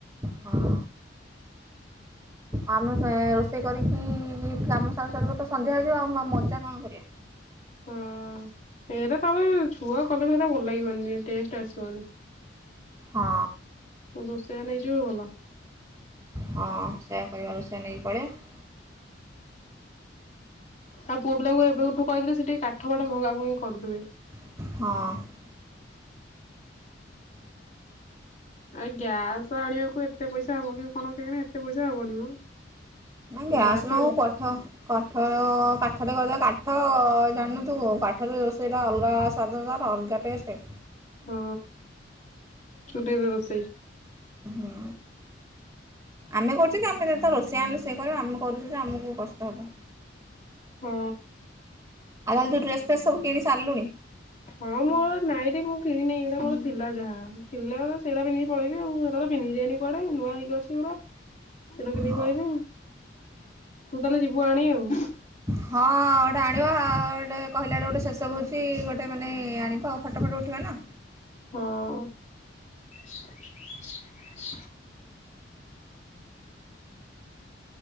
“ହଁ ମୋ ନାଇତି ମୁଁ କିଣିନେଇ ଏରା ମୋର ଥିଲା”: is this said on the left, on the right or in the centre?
Left